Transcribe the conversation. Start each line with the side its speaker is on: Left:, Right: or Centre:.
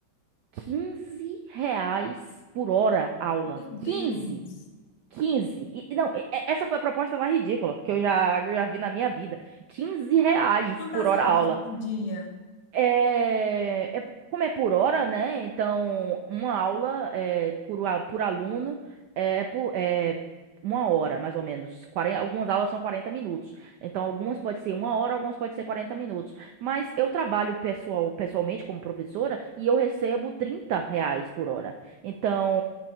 Right: 15 reais por hora aula.
Left: Meu Deus!
Right: Quinze, quinze. E, e não, e- e- essa foi a proposta mais ridícula que eu já, que eu já vi na minha vida. 15 reais
Left: Quantas
Right: por hora
Left: aulas
Right: aula.
Left: por dia?
Right: É, é- como é por hora, né? Então, uma aula é, por, a- por aluno é, é por, é uma hora, mais ou menos. 40, algumas aulas são 40 minutos. Então, algumas pode ser uma hora, algumas pode ser 40 minutos. Mas eu trabalho pessoal, pessoalmente como professora e eu recebo 30 reais por hora. Então,